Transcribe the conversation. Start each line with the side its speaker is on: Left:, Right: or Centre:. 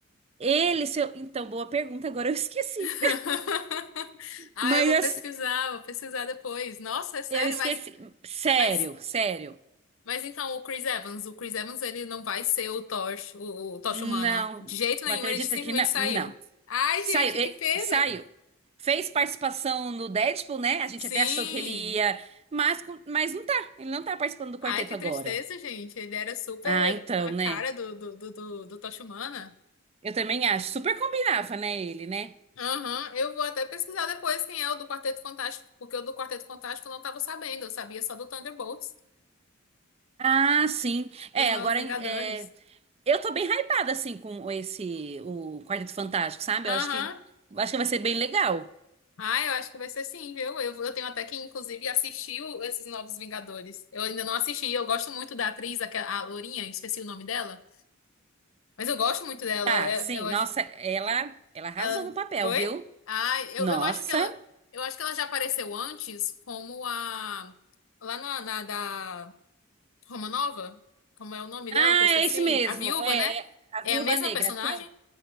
Right: Ele, seu. Então, boa pergunta, agora eu esqueci.
Left: <laughs> Ah,
Right: Mas
Left: eu vou pesquisar,
Right: assim,
Left: vou pesquisar depois. Nossa, é sério,
Right: eu esqueci.
Left: mas,
Right: Sério,
Left: mas,
Right: sério.
Left: mas então o Chris Evans, o Chris Evans, ele não vai ser o Tosh, o, o Tocha
Right: Não.
Left: Humana. De jeito nenhum,
Right: Acredita
Left: ele simplesmente
Right: que não?
Left: saiu.
Right: Não.
Left: Ai, gente,
Right: Saiu, e-
Left: que pena.
Right: saiu. Fez participação no Deadpool, né? A gente
Left: Sim!
Right: até achou que ele ia. Mas, com- mas não tá. Ele não tá participando do
Left: Ai,
Right: quarteto
Left: que
Right: agora.
Left: tristeza, gente. Ele era super
Right: Ah, então,
Left: a cara
Right: né?
Left: do, do, do, do, do Tocha Humana.
Right: Eu também acho. Super combinava, né, ele, né?
Left: Aham, eu vou até pesquisar depois quem é o do Quarteto Fantástico, porque o do Quarteto Fantástico eu não estava sabendo, eu sabia só do Thunderbolts,
Right: Ah, sim.
Left: dos
Right: É,
Left: Novos
Right: agora
Left: Vingadores.
Right: é, eu tô bem hypada assim com esse o Quarteto Fantástico, sabe?
Left: Aham,
Right: Eu acho que acho que vai ser bem legal.
Left: Ah, eu acho que vai ser sim, viu? Eu, eu tenho até que, inclusive, assistir o- esses Novos Vingadores. Eu ainda não assisti, eu gosto muito da atriz, aquela, a Lourinha, eu esqueci o nome dela, mas eu gosto muito dela,
Right: Tá,
Left: é-
Right: sim.
Left: eu, acho.
Right: Nossa, ela ela arrasou
Left: Ela
Right: no papel,
Left: foi?
Right: viu?
Left: ah eu,
Right: Nossa.
Left: eu acho que ela, eu acho que ela já apareceu antes como a. Lá na, na da. Romanova? Como é o nome
Right: Ah,
Left: dela que eu esqueci?
Right: é isso mesmo.
Left: A viúva,
Right: É,
Left: né?
Right: é a
Left: É
Right: Viúva
Left: a mesma
Right: Negra.
Left: personagem?
Right: Tem-